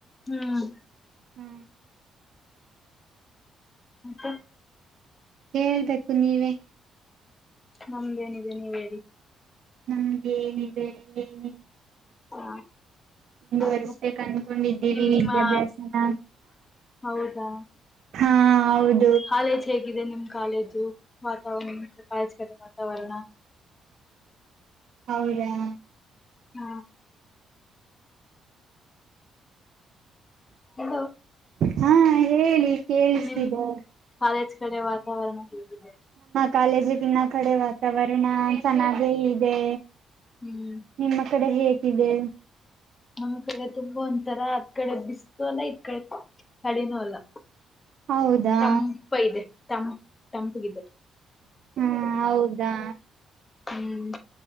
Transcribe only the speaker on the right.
ಹ್ಮ್
ಹೇಳ್ಬೇಕು ನೀವೇ
ನಮ್ದ ಏನಿದೆ ಏನ
ಮುಂದವರ್ಸ್ಬೇಕ
ಅನ್ಕೊಂಡಿದ್ದೀವಿ
ವಿದ್ಯಾಭ್ಯಾಸನ
ಹಾ ಹೌದು
ಹೌದಾ
ಹಾ ಹೇಳಿ ಕೇಳಿಸ್ತಿದೆ
ಕಾಲೇಜಿಗಿನ ಕಡೆ ವಾತಾವರಣ ಸಮಾಜೆ ಇದೆ
ನಿಮ್ಮ ಕಡೆ ಹೇಗಿದೆ
ಹೌದಾ
ಹಾ ಹೌದಾ